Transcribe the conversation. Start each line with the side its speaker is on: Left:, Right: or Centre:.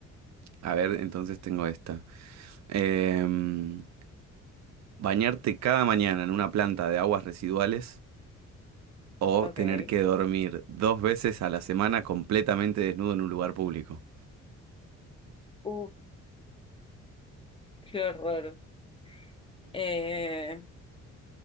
Right: A ver, entonces tengo esta. Em, bañarte cada mañana en una planta de aguas residuales o
Left: Ok.
Right: tener que dormir dos veces a la semana completamente desnudo en un lugar público.
Left: Uf, qué horror. Eh,